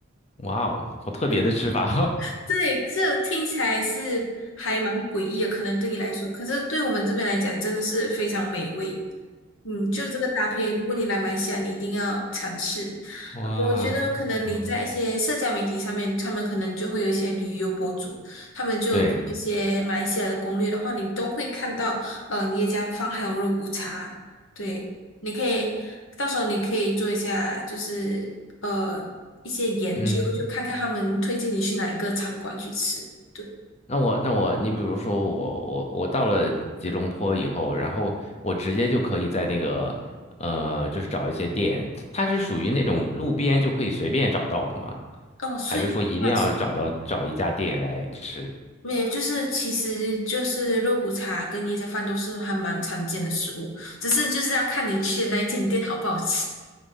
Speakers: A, on the left; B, on the left.
A: 哇哦，好特别的吃法，
B: 对对，这听起来是还蛮诡异的，可能对你来说，可是对我们这边来讲，真的是非常美味。嗯，就这个搭配，如果你来马来西亚，你一定要尝试。
A: <laughs> 哇，
B: 我觉得可能你在一些社交媒体上面，
A: 嗯，
B: 他们可能就会有一些旅游博主，他们就有一些马来西亚的攻略的话，
A: 对，
B: 你都会看到，呃，椰浆饭还有肉骨茶。对，你可以到时候你可以做一下，就是呃一些研究，
A: 嗯。
B: 就看看他们推荐你去哪一个餐馆去吃。对，
A: 那我那我，你比如说我我我到了吉隆坡以后，然后我直接就可以在那个呃，就是找一些店，它是属于那种路边就可以随便找到的吗？
B: 哦，所以算是。
A: 还是说一定要找到找一家店来吃？
B: 没有，就是其实就是肉骨茶跟椰浆饭都是还蛮常见的食物，只是就是要看你去的那一间店好不好吃。